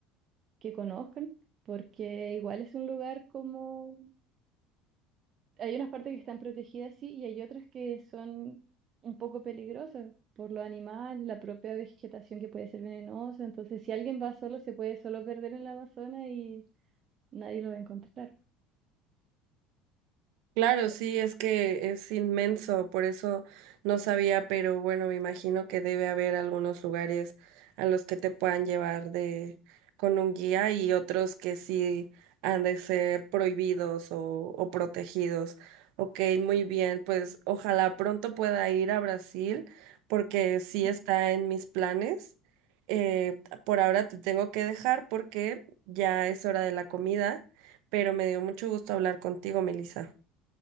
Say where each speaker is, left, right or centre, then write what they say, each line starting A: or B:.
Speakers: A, on the right; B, on the right.
A: que conozcan, porque igual es un lugar como... Hay unas partes que están protegidas, sí, y hay otras que son un poco peligrosas por los animales, la propia vegetación que puede ser venenosa. Entonces, si alguien va solo, se puede solo perder en la Amazonas y nadie lo va a encontrar.
B: Claro, sí, es que es inmenso, por eso no sabía, pero bueno, me imagino que debe haber algunos lugares a los que te puedan llevar de con un guía y otros que sí han de ser prohibidos o, o protegidos. Ok, muy bien, pues ojalá pronto pueda ir a Brasil porque sí
A: Ujú.
B: está en mis planes. Eh, por ahora te tengo que dejar porque ya es hora de la comida, pero me dio mucho gusto hablar contigo, Melissa.